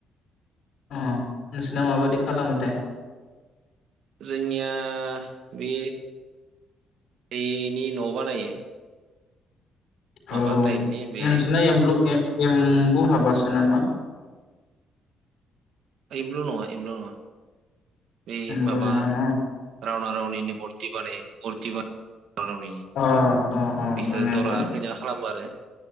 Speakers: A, on the left (about 75°); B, on the right (about 70°).
A: अ नोंसना माबायि खालामोथाय?
B: जोंनिया बे दैनि न' बानायो। माबा
A: औ
B: टाइपनि बे
A: नोंसिना एमब्लु एम्बु हाबासो नामा?
B: एमब्लु नङा एमब्लु नङा बे
A: एम्बु
B: माबा
A: नङा न'
B: रावना रावनिनि मुरथि बानायो मुरथि बानाय
A: अ अ अ
B: <unintelligible> बिफोर
A: जोंनियाबो
B: दरा खैना खालामनो आरो बि